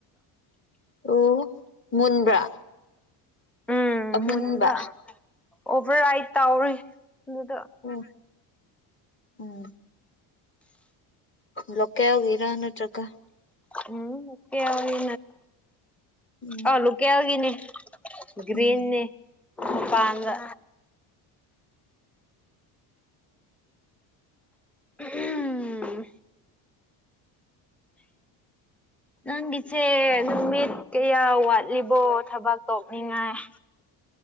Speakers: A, on the left (about 25°); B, in the centre.
A: ꯑꯣ ꯃꯨꯟꯕ꯭ꯔꯥ
B: ꯎꯝ
A: ꯑꯃꯨꯟꯕ
B: ꯃꯨꯟꯕ ꯑꯣꯚꯔ ꯔꯥꯏꯠ ꯇꯧꯔꯤ ꯑꯗꯨꯗꯣ
A: ꯎꯝ ꯎꯝ ꯂꯀꯦꯜꯒꯤꯔꯥ ꯅꯠꯇꯔꯒ
B: ꯎꯝ ꯀꯒꯤ
A: ꯎꯝ
B: ꯑꯥ ꯂꯣꯀꯦꯜꯒꯤꯅꯦ ꯒ꯭ꯔꯤꯟꯅꯤ
A: ꯎꯝ
B: ꯄꯥꯡꯒ ꯍꯨꯝ ꯅꯪꯒꯤꯁꯦ ꯅꯨꯃꯤꯠ ꯀꯌꯥ ꯋꯥꯠꯂꯤꯕꯣ ꯊꯕꯛ ꯇꯧꯅꯤꯡꯉꯥꯏ